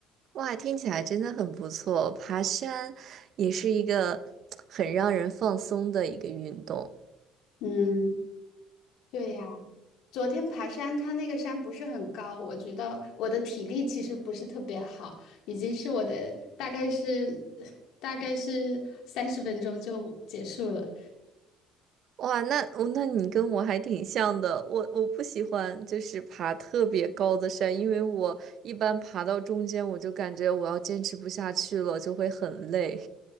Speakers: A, on the right; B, on the left.
A: 哇，听起来真的很不错，爬山也是一个很让人放松的一个运动。
B: 嗯，对呀。昨天爬山，它那个山不是很高，我觉得我的体力其实不是特别好，已经是我的大概是 <sucks teeth> 大概是三十分钟就结束了。
A: 哇，那哦，那你跟我还挺像的。我我不喜欢就是爬特别高的山，因为我一般爬到中间，我就感觉我要坚持不下去了，就会很累。